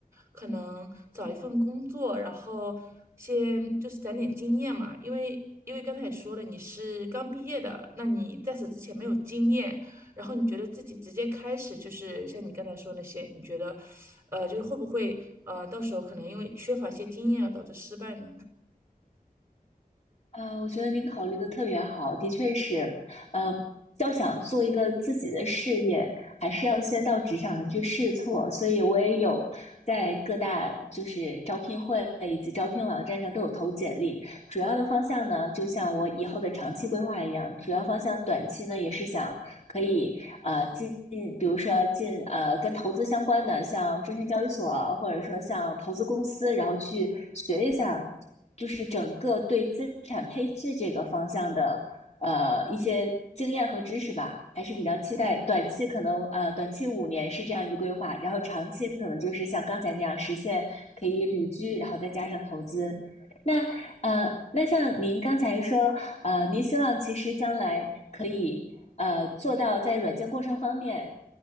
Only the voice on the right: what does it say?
可能找一份工作，然后先就是攒点经验嘛？因为因为刚才也说了你是刚毕业的，那你在此之前没有经验，然后你觉得自己直接开始就是像你刚才说那些，你觉得呃就是会不会呃到时候可能因为缺乏一些经验而导致失败呢？